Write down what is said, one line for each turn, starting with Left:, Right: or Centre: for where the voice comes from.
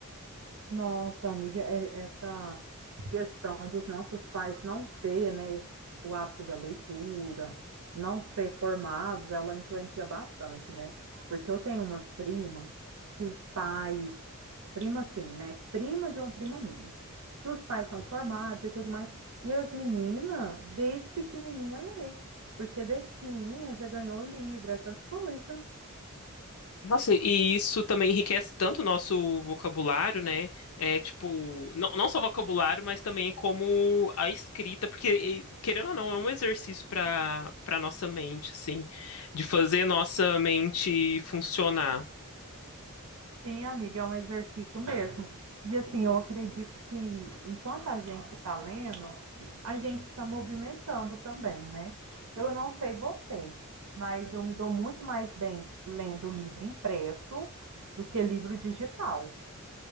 Right: Nossa, amiga, é- essa questão dos nossos pais não ter, né, o hábito da leitura, não ser formados, ela influencia bastante, né? Porque eu tenho umas primas que os pais, prima assim, né? Prima de uma prima minha, que os pais são formados e tudo mais, e as meninas, desde pequenininha, lê, porque desde pequenininha já ganhou livro, essas coisas.
Left: Nossa, e isso também enriquece tanto o nosso vocabulário, né? É tipo, não, não só vocabulário, mas também como a escrita, porque, e, querendo ou não, é um exercício para para nossa mente, assim, de fazer nossa mente funcionar.
Right: Sim, amiga, é um exercício mesmo. E assim, eu acredito que enquanto a gente está lendo, a gente está movimentando também, né? Eu não sei você, mas eu me dou muito mais bem lendo livro impresso do que livro digital.